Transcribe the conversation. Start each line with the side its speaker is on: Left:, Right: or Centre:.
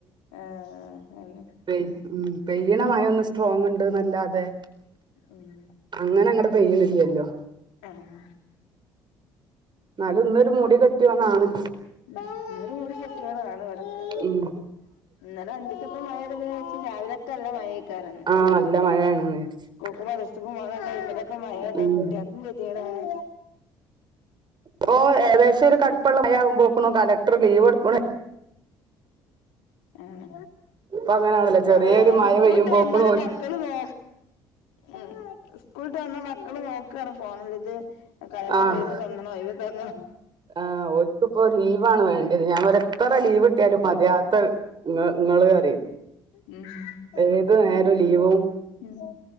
Left: ആഹ് അതെന്നെ
Right: പെയ് ഉം പെയ്യ്ണ മഴൊന്ന് സ്ട്രോങ്ണ്ട്ന്നെല്ലാതെ
Left: ഉം
Right: അങ്ങനെങ്ങട്ട് പെയ്യ്ണില്ലല്ലോ
Left: ആഹ്
Right: ഇന്നാലുന്നൊരു മുടി കെട്ടിയോണാണ്
Left: ഇന്ന് ഒര് മൂടി കെട്ടിയതാണ് ഇവടൊക്കെ
Right: ഉം
Left: ഇന്നലെ അന്തിക്കൊത്തെ മഴ പെയ്തപ്പം ഞാൻ വിചാരിച്‌ രാവിലൊക്കെ നല്ല മഴെ കാരംന്ന്
Right: ആഹ് നല്ല മഴയാണ്ന്ന് വിചാരിച്ച്
Left: സ്കൂക്കും മദ്രസ്ക്കും പോണ ടൈമിലൊക്കെ മഴയ്താ
Right: ഉം
Left: കുട്ടിയാ കും കെതേടാണ്
Right: പ്പൊ ഏകദേശൊരു കടുപ്പള്ള മഴയാകുമ്പോക്കുണു കലക്ടർ ലീവ് കൊടു
Left: ആഹ്
Right: ഇപ്പൊ അങ്ങനെയാണല്ലോ ചെറിയൊരു
Left: ആഹ് അതാണ്
Right: മഴ
Left: സ്കൂള്ട്ട്
Right: പെയ്യുമ്പോക്കണു
Left: വന്നാല്
Right: ഓല്
Left: മക്കള് നോ ഉം സ്കൂള്ട്ട് വന്ന മക്കള് നോക്കാണ് ഫോണില് ഇത് കളക്ടർ
Right: ആഹ്
Left: ഒയ്‌വ് തെന്ന് ണോ ഒയിവ് തെന്ന്ണോ
Right: ആഹ് ഓൽക്ക്പ്പോ ലീവാണ് വേണ്ടിയത് ഞാൻ പറയാ എത്ര ലീവ് കിട്ടിയാലും മതിയാത്ത ഇങ്ങള്റിയും
Left: ഉം
Right: ഏത് നേരും ലീവും
Left: ഉം